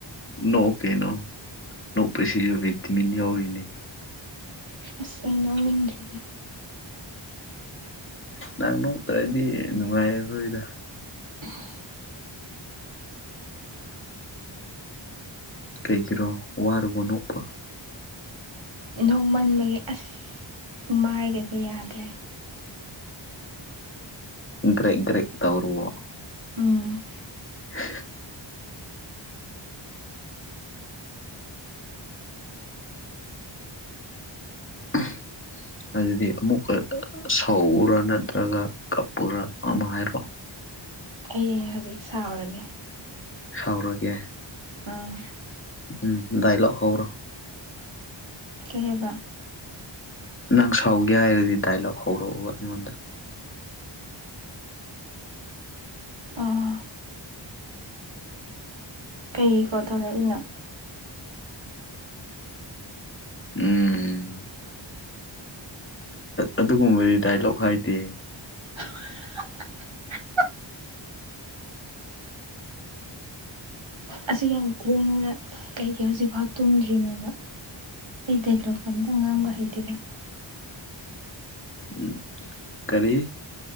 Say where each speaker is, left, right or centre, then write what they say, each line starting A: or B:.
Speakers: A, on the left; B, on the right.
A: ꯅꯣꯛꯑꯣ ꯀꯩꯅꯣ ꯅꯣꯛꯄꯥꯁꯤꯁꯨ ꯕꯤꯇꯥꯃꯤꯟ ꯌꯧꯔꯤꯅꯤ
B: ꯑꯁ ꯏ ꯅꯣꯅꯤꯡꯟꯔꯤꯗ
A: ꯅꯍꯪ ꯅꯣꯛꯇ꯭ꯔꯗꯤ ꯅꯨꯡꯉꯥꯏꯔꯔꯣꯏꯗ
B: <unintelligible>
A: ꯀꯩꯒꯤꯔꯣ ꯋꯥꯔꯕ ꯅꯣꯛꯄꯥ
B: ꯅꯣꯡꯃꯟꯕꯒꯤ ꯑꯁ ꯃꯥꯏꯒꯗꯤ ꯌꯥꯗ꯭ꯔꯦ
A: ꯒ꯭ꯔꯖꯒꯔꯦ ꯇꯧꯔꯨꯕꯣ
B: ꯎꯝ
A: ꯑ ꯑꯝ ꯑꯗꯨꯗꯤ ꯑꯃꯨꯛꯀ ꯁꯧꯎꯔꯥ ꯅꯠꯇ꯭ꯔꯒ ꯀꯞꯄꯨꯔꯥ ꯑꯃ ꯍꯥꯏꯔꯛꯑꯣ
B: ꯑꯩ ꯍꯧꯖꯤꯛ ꯁꯥꯎꯔꯒꯦ
A: ꯁꯥꯎꯔꯒꯦ
B: ꯑꯥ
A: ꯎꯝ ꯗꯗꯥꯏꯂꯥꯛ ꯍꯧ꯭ꯔꯣ
B: ꯀꯩꯍꯕ
A: ꯅꯪ ꯁꯥꯎꯒꯦ ꯍꯥꯏꯔꯗꯤ ꯗꯥꯏꯂꯣꯛ ꯍꯧꯔꯛꯎꯕ ꯑꯩꯉꯣꯟꯗ
B: ꯑꯥ ꯀꯩꯀꯣ ꯊꯧꯔꯛꯏꯅꯣ
A: ꯎꯝ ꯑꯗꯨꯒꯨꯝꯕꯗꯤ ꯗꯥꯏꯂꯣꯛ ꯍꯥꯏꯗꯦ
B: ꯍ ꯑꯁꯤ ꯌꯥꯝ ꯈꯣꯡꯉꯨꯔꯦ ꯀꯩꯒꯤ ꯍꯧꯖꯤꯛꯐꯥꯎ ꯇꯨꯝꯗ꯭ꯔꯤꯅꯣꯕ ꯑꯩ ꯗꯂꯣꯛ ꯑꯝꯇ ꯉꯥꯡꯕ ꯍꯩꯇꯔ
A: ꯎꯝ ꯀꯔꯤ